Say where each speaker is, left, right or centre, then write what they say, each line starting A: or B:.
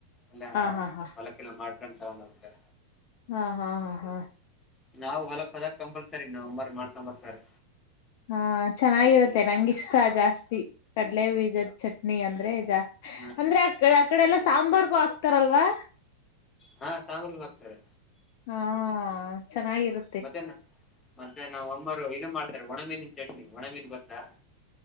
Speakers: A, on the left; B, on the left.
A: ಅಲ್ಲ
B: ಹಾ ಹಾ ಹಾ
A: ಹೊಲಕ್ಕೆೆಲ್ಲ ಮಾಡ್ಕೊಂಡ್ ಸರ್ ನಮಸ್ಕಾರ
B: ಹಾ ಹಾ ಹಾ ಹಾ
A: ನಾವ್ ಹೊಲಕ್ ಹೋದಾಗ ಕಂಪಲ್ಸರಿ ನಮ್ ಅಮ್ಮರು ಮಾಡ್ಕೊಂಡು ಬರ್ತಾರೆ.
B: ಹ ಚೆನ್ನಾಗಿರುತ್ತೆ ನಂಗಿಷ್ಟ ಜಾಸ್ತಿ ಕಡಲೆ ಬೀಜದ ಚಟ್ನಿ ಅಂದ್ರೆ ಜಾಸ್ತ್
A: ಹಾ
B: ಅಂದ್ರೆ ಅ ಅಕಡೆ ಎಲ್ಲಾ ಸಾಂಬಾರ್ಗೂ ಹಾಕ್ತಾರಲ್ವಾ.
A: ಹಾ ಸಂಬಾರ್ಗು ಹಾಕ್ತಾರೆ.
B: ಹಾ ಚೆನ್ನಾಗಿರ್
A: ಮತ್ತೆ ಮತ್ತೆ ನಾವ್ ಅಮ್ಮರು ಇ ಮಾಡ್ತಾರೆ ಒಣ್ಣ ಮೀನಿನ ಚಟ್ನಿ ಒಣ್ಣ ಮೀನ್ ಗೊತ್ತಾ